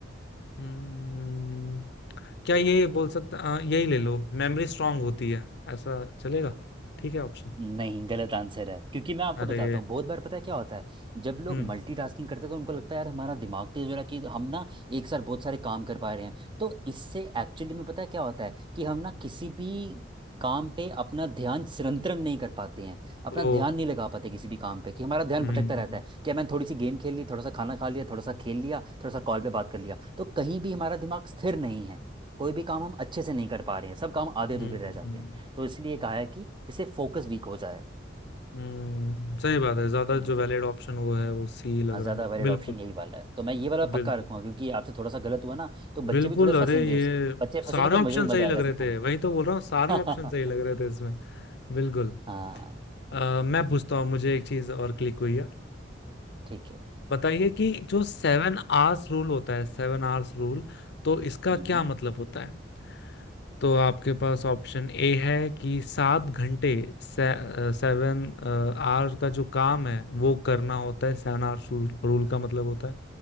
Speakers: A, on the left (about 60°); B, on the right (about 25°).
A: हम्म, क्या ये बोल सकता अ, यही ले लो मेमोरी स्ट्रांग होती है ऐसा चलेगा ठीक है ऑप्शन
B: नहीं गलत आंसर है क्योंकि मैं आपको
A: अरे
B: बताता हूँ बहुत बार पता है क्या होता है जब लोग
A: हम्म
B: मल्टीटास्किंग करते हैं तो उनको लगता है यार हमारा दिमाग तेज हो रहा है कि हम ना एक साथ बहुत सारे काम कर पा रहे हैं तो इससे एक्चुअली में पता है क्या होता है कि हम ना किसी भी काम पे अपना ध्यान संरक्षण नहीं कर पाते हैं अपना
A: ओ
B: ध्यान नहीं लगा पाते किसी भी काम पे कि हमारा ध्यान
A: हम्म
B: भटकता रहता है कि मैंने थोड़ी सी गेम खेल ली थोड़ा सा खाना खा लिया थोड़ा सा खेल लिया थोड़ा सा कॉल पे बात कर लिया तो कहीं भी हमारा दिमाग स्थिर नहीं है कोई भी काम हम अच्छे से नहीं कर पा रहे हैं सब काम आधे
A: हम्म
B: अधूरे रह जाते हैं तो इसलिए कहा है कि इससे फोकस वीक हो जाए
A: हम्म, सही बात है ज्यादा
B: हम्म,
A: जो वैलिड ऑप्शन वो है वो सी लग
B: हाँ ज़्यादा
A: रहा है
B: वैलिड
A: बिल्कुल
B: ऑप्शन यही वाला है तो मैं ये वाला पक्का
A: बिल्कुल
B: रखूंगा क्योंकि आपसे थोड़ा सा गलत हुआ ना तो बच्चे
A: बिल्कुल
B: भी थोड़े
A: अरे
B: फंसेंगे
A: ये
B: इसमें बच्चे
A: सारे
B: फंसेंगे तो
A: ऑप्शन
B: मुझे भी
A: सही
B: मज़ा
A: लग
B: आएगा
A: रहे
B: सिखाने
A: थे वही तो बोल रहा हूँ सारे
B: में
A: ऑप्शन सही
B: <laughs>
A: लग रहे थे इसमें बिल्कुल
B: हाँ
A: अ, मैं पूछता हूँ मुझे एक चीज और क्लिक हुई है अ,
B: ठीक है
A: बताइए कि जो सेवन आवर्स रूल होता है सेवन आवर्स रूल तो इसका
B: हम्म
A: क्या
B: हम्म
A: मतलब होता है तो आपके पास ऑप्शन ए है कि सात घंटे से, सेवन आवर का जो काम है वो करना होता है सेवन आवर रूल, रूल का मतलब होता है